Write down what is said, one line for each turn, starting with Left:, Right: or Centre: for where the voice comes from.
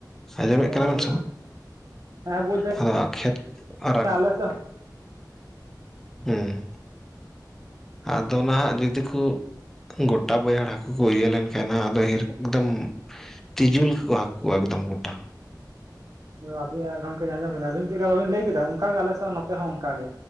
Centre: ᱟᱸᱡᱚᱢᱮᱫ
Right: ᱚ
Centre: ᱠᱟᱱᱟ ᱵᱮᱱ
Right: ᱦᱳᱭ
Centre: ᱥᱮ
Right: ᱦᱳᱭ
Centre: ᱵᱟᱝ,
Right: ᱦᱮᱸ ᱵᱩᱡᱽ
Centre: ᱟᱫᱚ ᱠᱷᱮᱛ ᱟᱨᱟᱜ,
Right: ᱫᱟᱹᱧ ᱟᱞᱮ ᱥᱮᱫ
Centre: ᱦᱩᱸ ᱟᱫᱚ ᱱᱟᱜ ᱡᱩᱫᱤ ᱠᱩ ᱜᱚᱴᱟ ᱵᱟᱹᱭᱦᱟᱹᱲ ᱦᱟᱹᱠᱩ ᱠᱩ ᱤᱭᱟᱹ ᱞᱮᱱᱼᱼ ᱮᱱᱟᱹᱜ ᱟᱫᱚ ᱮᱠᱫᱚᱢ ᱛᱤᱡᱩᱞ ᱞᱟᱠᱟ ᱠᱚ ᱦᱟᱹᱠᱩᱣᱟ ᱮᱠᱫᱚᱢ ᱜᱚᱴᱟ
Right: ᱟᱵᱤ ᱱᱟᱜ ᱨᱚᱲ ᱤᱧ ᱟᱸᱡᱚᱢ ᱠᱮᱫᱟ ᱟᱵᱤᱱ ᱪᱮᱫ ᱞᱮᱠᱟ ᱵᱟᱵᱤᱱ ᱞᱟᱹᱭ ᱠᱮᱫᱟ ᱚᱱᱠᱟ ᱜᱮ ᱟᱞᱮ ᱥᱮᱫ ᱱᱚᱛᱮ ᱦᱚᱸ᱾ ᱚᱱᱠᱟ ᱜᱮ